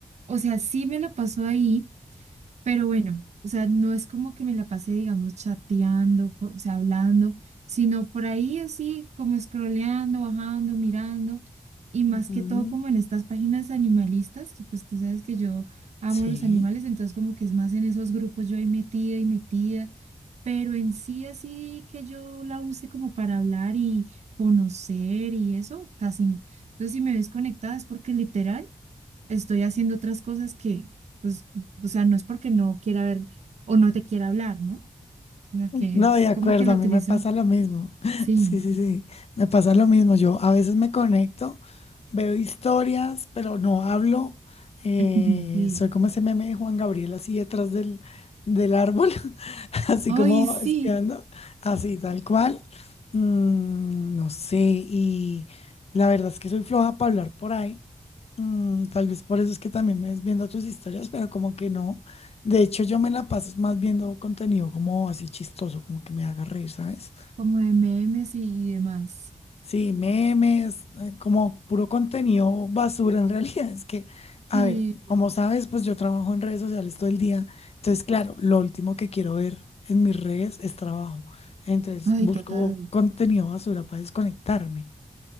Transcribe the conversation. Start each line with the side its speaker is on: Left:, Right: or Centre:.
Right: o sea, sí me la pasó ahí. Pero bueno, o sea, no es como que me la pasé, digamos, chateando, co- o sea, hablando, sino por ahí así como scrolleando, bajando, mirando, y más
Left: Ujú,
Right: que todo como en estas páginas animalistas, que pues tú sabes que yo amo
Left: Sí.
Right: los animales, entonces como que es más en esos grupos yo ahí metida y metida, pero en sí así que yo la use como para hablar y conocer y eso, casi no. Entonces si me ves conectada es porque literal estoy haciendo otras cosas que, pues, o sea, no es porque no quiera ver o no te quiera hablar, ¿no? Sino que
Left: No,
Right: es
Left: de acuerdo,
Right: como que lo
Left: a mí
Right: utilizo.
Left: me pasa lo mismo. <laughs>
Right: Sí,
Left: Sí, sí, sí, me pasa lo mismo. Yo a veces me conecto, veo historias, pero no hablo. Eh,
Right: <laughs> sí.
Left: soy como ese meme de Juan Gabriel así detrás del, del árbol, <laughs> así como
Right: Ay, sí,
Left: espiando, así tal cual. Mm, no sé, y la verdad es que soy floja para hablar por ahí. Mm, tal vez por eso es que también me ves viendo tus historias, pero como que no. De hecho, yo me la paso más viendo contenido como así chistoso, como que me haga reír, ¿sabes?
Right: como de memes y, y demás.
Left: Sí, memes, eh, como puro contenido basura en realidad. Es que, a
Right: Sí,
Left: ver, como sabes, pues yo trabajo en redes sociales todo el día. Entonces, claro, lo último que quiero ver en mis redes es trabajo. Entonces,
Right: ay,
Left: busco
Right: total.
Left: contenido basura para desconectarme.